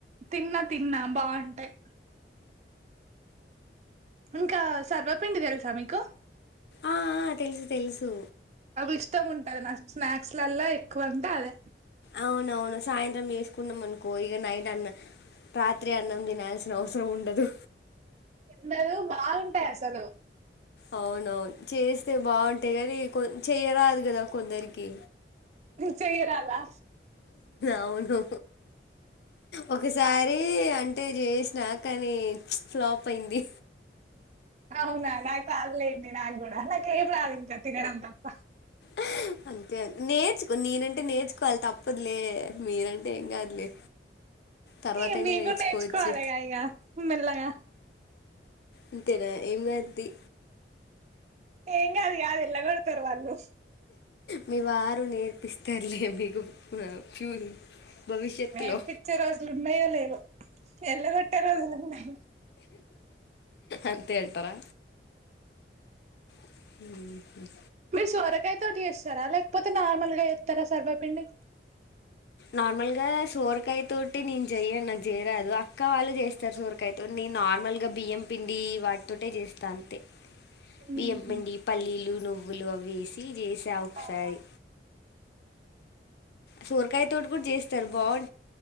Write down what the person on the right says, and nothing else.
తిన్నా తిన్నా బాగుంటాయి. ఇంకా సర్వపిండి తెలుసా మీకు?
ఇష్టం ఉంటది. నాకు స్నాక్స్ లల్లా ఎక్కువ అంటే అదే
ఉండదు. బాగుంటాయి అసలు
చెయ్య రాదా
అవునా నా తాలే అయింది నాకుడా నాకు ఏం రాదు ఇంకా తిగడం తప్ప
మీ
మీంగూడా
నేర్చుకోవాలేగా ఇగా మెల్లగా
ఏంకాదు గాదు ఎల్లగొడ్తారు వాళ్ళు
నేర్పించే
రోజులు ఉన్నాయో లేవో ఎల్లగొట్టే రోజులున్నాయి
సొరకాయ తోటి చేస్తారా లేకపోతే నార్మల్ గా ఎత్తర సర్బపిండి
ఉమ్
అవునవును